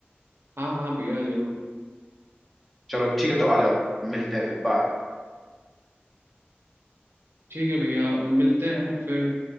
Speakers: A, on the right (about 80°); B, in the centre.
A: हाँ हाँ भैया जरूर
B: चलो ठीक है तो आ जाओ मिलते हैं फिर बाय
A: ठीक है भैया मिलते हैं फिर